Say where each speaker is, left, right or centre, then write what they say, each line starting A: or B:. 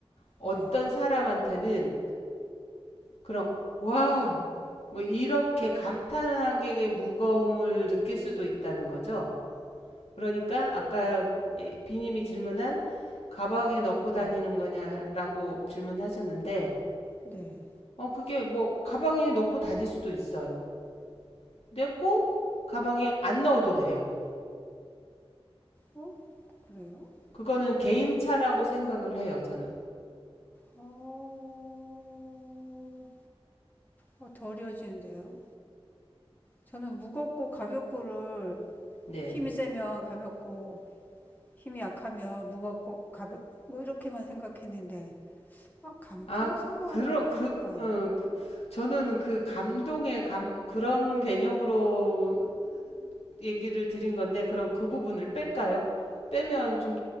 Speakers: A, on the left; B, on the left.
A: 어떤
B: 네,
A: 사람한테는 그런 와, 뭐 이렇게 감탄하게 무거움을 느낄 수도 있다는 거죠. 그러니까 아까 예, 비님이 질문한 가방에 넣고
B: 네,
A: 다니는 거냐라고 질문하셨는데
B: 네.
A: 어 그게 뭐 가방에 넣고 다닐 수도 있어요. 근데 꼭 가방에 안 넣어도 돼요.
B: 어? 그래요?
A: 그거는
B: 음,
A: 개인차라고
B: 무거울 수도 있고
A: 생각을 해요, 저는.
B: 어, 어, 더려지는데요? 저는 무겁고 가볍고를
A: 네.
B: 힘이 세면 가볍고 힘이 약하면 무겁고 가벼 뭐 이렇게만 생각했는데 아, 감탄사라고
A: 아, 그, 그런 그,
B: 하니까
A: 어, 그 저는 그 감동의 감 그런 개념으로 얘기를 드린 건데 그럼 그 부분을 뺄까요? 빼면 좀